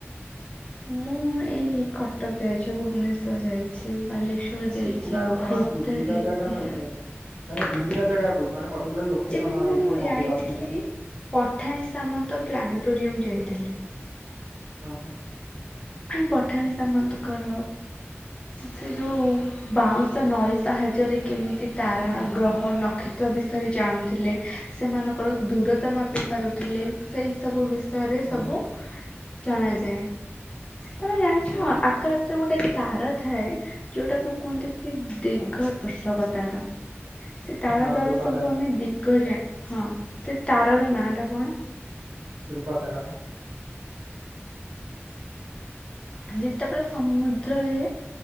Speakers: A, on the left; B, on the right.
A: ମୁଁ ଏଇ କଟକ ଯାଇଛ ଭୁବନେଶ୍ୱର ଯାଇଛେ ସେ ବାଲେଶ୍୍ୱର ଯାଇଛି
B: ସେଇଗୁଡା ଆଉ
A: ଖୋର୍ଦ୍ଧା
B: କଣ ବୁଲିବା
A: ଯାଇଛି
B: ଜାଗା ମାନେ ମାନେ ବୁଲିବା ଜାଗା କହୁଛି ମାନେ ପର୍ଟିକୁଲାର ଲୋକେସନ
A: ଯେମିତି
B: ଏଇଠି
A: ମୁଁ ଯାଇଥିଲି
B: ମନ୍ଦିର କି ସେ
A: ପଠାଣିୀ ସାମନ୍ତ ପ୍ଲାନେଟୋରିୟମ ଯାଇଥିଲି
B: ହ ହୋ
A: ପଠାନୀ ସାମନ୍ତଙ୍କର ସେ ଯୋଉ ବାଉଁଶ ନଳିୀ ସାହାଯ୍ୟରେ କେମିତି ତାରା ଗ୍ରହ ନକ୍ଷତ୍ର ବିଷୟରେ ଜାଣୁଥିଲେ ସେମାନଙ୍କର ଦୂରତା ମାପି ପାରୁଥିଲେ ସେଇ ସବୁ ବିଷ ସରେ
B: ହୁଁ
A: ସବୁ
B: ହୁଁ
A: ଜଣାାଯାଏ ତମେ ଜାଣିଛ
B: ହୁଁ ହୁଁ
A: ଆକାଶ ଗୋଟେ ତାରା ଥାଏ ଯୋଉଟାକୁ କୁହନ୍ତି କି ଦିଗ ଆବର୍ଶକତାରା ସେ ତାର
B: ହଁ
A: ଦ୍ଵାରା
B: ଧ୍ରୁବତାରା
A: ସବୁ ଆମେ ଦିଗ ଯା ହଁ ସେ ତାର ର ନାଁ ଟା କଣ
B: ଦ ରପାତାରପ
A: ଯେତେବେଳେ ସମୁଦ୍ରରେ